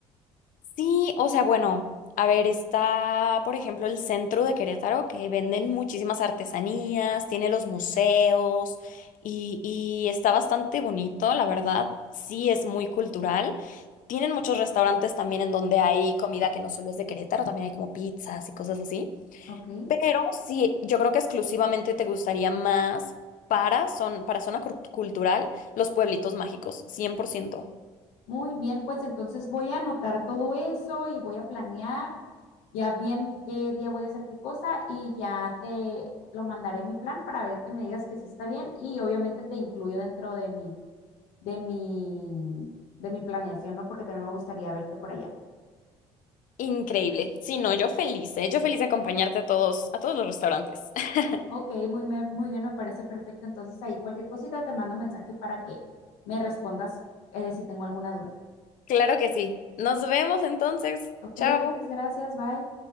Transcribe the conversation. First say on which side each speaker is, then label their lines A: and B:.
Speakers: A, on the left; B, on the left.
A: Sí, o sea, bueno, a ver, está, por ejemplo, el centro de Querétaro, que venden muchísimas artesanías, tiene los museos y, y está bastante bonito, la verdad, sí es muy cultural. Tienen muchos restaurantes también en donde hay comida que no solo es de Querétaro, también hay como pizzas y cosas así.
B: Ok.
A: Pero sí, yo creo que exclusivamente te gustaría más para, son, para zona cult- cultural los pueblitos mágicos, 100%.
B: Muy bien, pues entonces voy a anotar todo eso y voy a planear ya bien qué día voy a hacer qué cosa y ya te lo mandaré mi plan para ver que me digas que sí está bien y obviamente te incluyo dentro de mi, de mi, de mi planeación, ¿no? Porque también me gustaría verte por allá.
A: Increíble. Sí, no, yo feliz, ¿eh? Yo feliz de acompañarte a todos, a todos los restaurantes. <laughs>
B: Ok, muy, me- muy bien, me parece perfecto. Entonces ahí cualquier cosita te mando mensaje para que me respondas eh, si tengo alguna duda.
A: Claro que sí. Nos vemos entonces.
B: Ok,
A: Chao.
B: muchas gracias, bye.